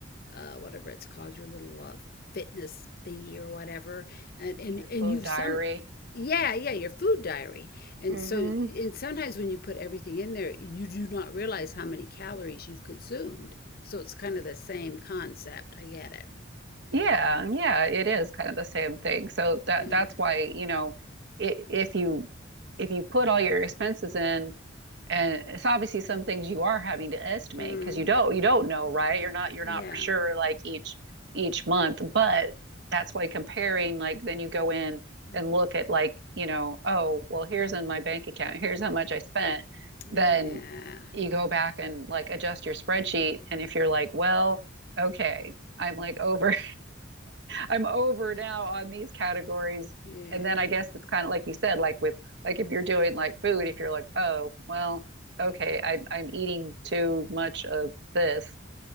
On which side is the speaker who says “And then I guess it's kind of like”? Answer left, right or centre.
Right